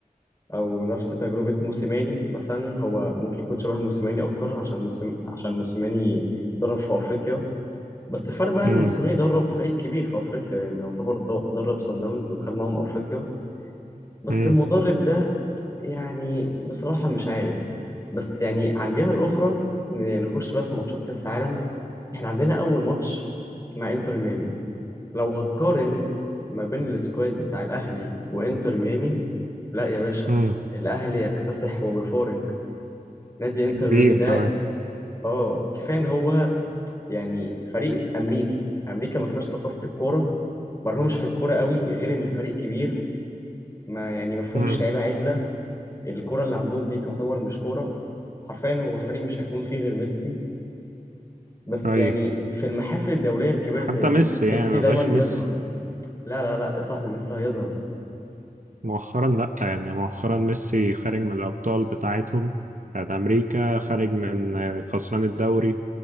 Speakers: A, on the left; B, on the right.
A: او نفس تجربه موسيماني مثلا هو ممكن يكون شبه موسيماني اكتر عشان موسم عشان موسيماني درب في افريقيا بس الفرق بقى
B: امم
A: ان موسيماني درب فريق كبير في افريقيا يعني يعتبر درب سان داونز وخد معاهم افريقيا بس
B: امم
A: المدرب ده يعني بصراحة مش عارف بس يعني على الجهة الأخرى ن- نخش بقى في ماتشات كأس العالم احنا عندنا أول ماتش مع إنتر ميامي لو هتقارن ما بين السكواد بتاع الأهلي وإنتر ميامي لا يا باشا
B: امم
A: الأهلي يكتسح وبفارق نادي إنتر
B: كبير
A: ميامي ده
B: كمان
A: اه كفاية إن هو يعني فريق أمريكي أمريكا ما فيهاش ثقافة الكورة ما لهمش في الكورة قوي غير إن الفريق كبير ما يعني ما فيهمش
B: امم
A: لعيبة عدلة الكرة اللي عندهم دي تعتبر مش كرة حرفيا هو الفريق مش هيكون فيه غير ميسي بس
B: طيب
A: يعني في المحافل الدولية الكبيرة
B: حتى
A: زي دي
B: ميسي
A: ميسي
B: يعني ما
A: دايما
B: بقاش
A: بيظهر
B: ميسي
A: لا لا لا يا صاحبي ميسي هيظهر
B: مؤخرا لا يعني مؤخرا ميسي خارج من الأبطال بتاعتهم بتاعت أمريكا خارج من آه، خسران الدوري